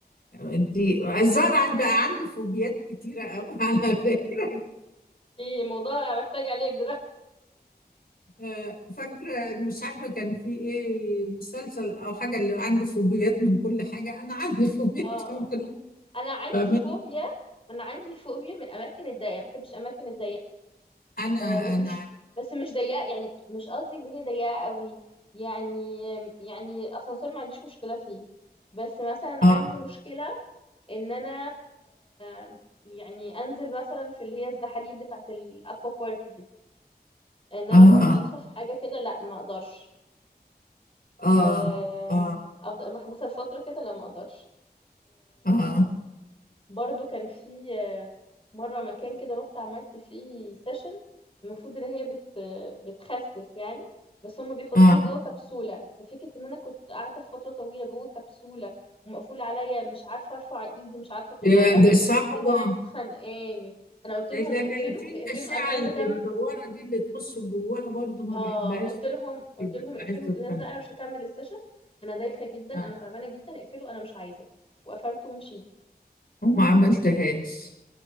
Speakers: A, on the left (about 65°); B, on the left (about 35°).
A: الضيق الزرع عند- بقى عندي فوبيات كتيرة أوي <laughs> على فكرة
B: في موضوع محتاج عليك دلوقتي
A: آه، فاكرة مش عارفة كان في إيه مسلسل أو حاجة اللي عنده فوبيات من كل حاجة أنا عندي <laughs> فوبيات
B: اه
A: من كل
B: انا عندي
A: حاجة
B: فوبيا انا عندي فوبيا من الاماكن الضيقه ما بحبش الاماكن الضيقه
A: أنا
B: آه، بس
A: أنا
B: مش بس مش ضيقه يعني مش قصدي اللي هي ضيقه قوي يعني يعني الاسانسير ما عنديش مشكله فيه بس مثلا
A: آه
B: عندي مشكله ان انا آه يعني انزل مثلا في اللي هي الزحاليق بتاعه الاكوا بارك دي ان انا
A: آه
B: ابقى محبوسه في حاجه كده لا ما اقدرش
A: آه
B: آه
A: آه
B: افضل محبوسه لفتره كده لا ما اقدرش
A: آه
B: برضو كان في آه، مرة مكان كده رحت عملت فيه سيشن المفروض ان هي بت بتخسس يعني بس هم بيحطوني
A: آه.
B: جوه كبسولة ففكرة ان انا كنت قاعدة في فترة طويلة جوه كبسولة ومقفولة عليا مش عارفة ارفع ايدي مش عارفة اتحرك
A: ده ده صعبة
B: دي كانت خانقاني انا قلت لهم
A: آه، لأن
B: اقفلوا
A: أنا اللي في الأشعة
B: اقفلوا انا مش عايزة
A: اللي
B: اكمل
A: مدورة دي اللي تخش جواها برضو ما
B: اه
A: بحبهاش
B: قلت لهم قلت
A: كده
B: لهم اقفلوا
A: بحس القناة
B: الجهاز ده انا مش هكمل السيشن انا دايخة جدا
A: آه،
B: انا تعبانة جدا اقفلوا انا مش عايزة وقفلت ومشيت
A: وما عملتهاش